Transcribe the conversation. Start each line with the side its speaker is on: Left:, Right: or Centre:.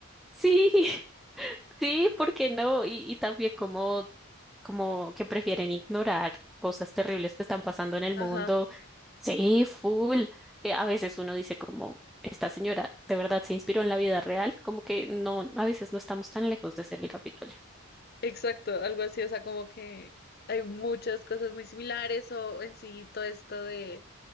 Centre: Sí, <laughs> sí, ¿por qué no? Y, y también como como que prefieren ignorar cosas terribles que están pasando en el
Left: ajá,
Centre: mundo. Sí, full. Eh, a veces uno dice como, esta señora de verdad se inspiró en la vida real, como que no, a veces no estamos tan lejos de ser el Capitolio.
Left: exacto, algo así, o sea, como que hay muchas cosas muy similares o en sí todo esto de...